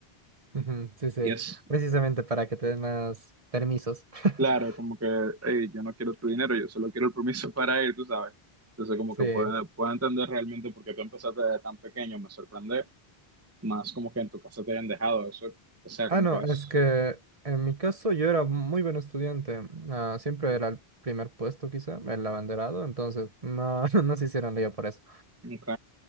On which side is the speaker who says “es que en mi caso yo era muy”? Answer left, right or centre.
Right